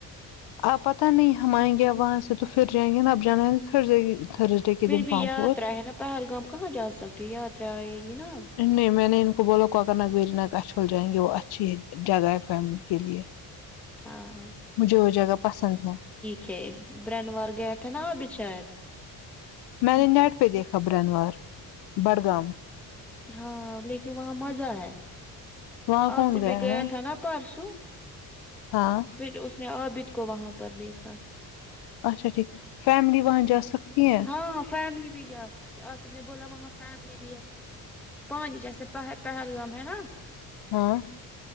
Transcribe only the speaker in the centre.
پھر
بھی
یاترا ہے نا پہلگام کہاں جا سکتی ہو یاترا آئے گی نا
ہاں
ک برنوار گیا تھ نا آ بچار
ہاں لیکن وہاں مزہ ہے
آصف بہی گیا
تھا نا پرسو
پھر اس نے عابد کو وہاں پر دیکھا
ہاںاں فیملی بھی جا سکتے آ سف نے بولا وہاں فیملی بھی ہے پانی جیسے پہل پہلگام ہے نا